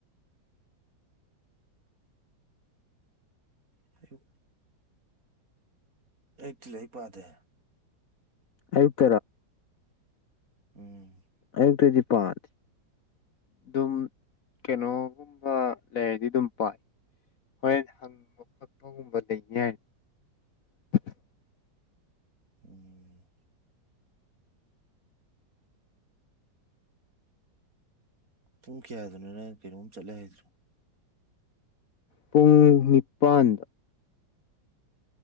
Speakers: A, on the right; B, on the left.
A: ꯍꯥꯏꯣ ꯑꯌꯨꯛꯇꯤ‌ ꯂꯥꯏꯔꯤꯛ ꯄꯥꯗꯦ
B: ꯑꯌꯨꯛ
A: ꯎꯝ
B: ꯑꯌꯨꯛꯇꯗꯤ ꯄꯥꯗꯦ ꯑꯗꯨꯝ ꯀꯩꯅꯣꯒꯨꯝꯕ ꯂꯩꯔꯗꯤ ꯑꯗꯨꯝ ꯄꯥꯏ ꯍꯣꯏꯔ‌ꯦꯟ ꯍꯪꯕ ꯈꯣꯠꯄꯒꯨꯝꯕ ꯂꯩꯅꯤ ꯍꯥꯏꯔꯗꯤ
A: ꯎꯝ ꯄꯨꯡ ꯀꯌꯥꯗꯅ‌ꯣ ꯅꯪ ꯀꯩꯅꯣꯝ ꯆꯠꯂꯦ ꯍꯥꯏꯁ‌ꯦ
B: ꯄꯨꯡ ꯅꯤꯄꯥꯟꯗ